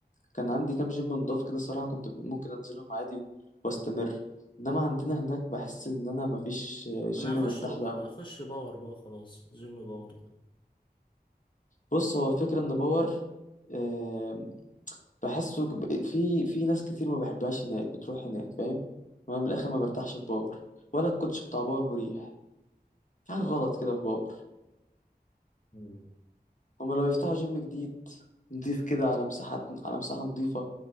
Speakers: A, on the left (about 50°); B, on the left (about 30°).
A: كان عندي كام جيم نضاف كده الصراحة كنت ممكن أنزلهم عادي و... واستمر انما عندنا هناك بحس ان انا مفيش جيم
B: انا
A: مرتاح
B: هخش بقى
A: له ابدا
B: هخش باور بقى خلاص جيم باور ده
A: بص هو فكرة ان باور آه، بحسه ك- في في ناس كتير ما بحبهاش هناك بتروح هناك فاهم ما من الاخر ما برتاحش في باور ولا الكوتش بتاع باور مريح في حاجة غلط كده في باور
B: مم.
A: هما لو يفتحوا جيم جديد نضيف كده على مساحات على مساحة نضيفة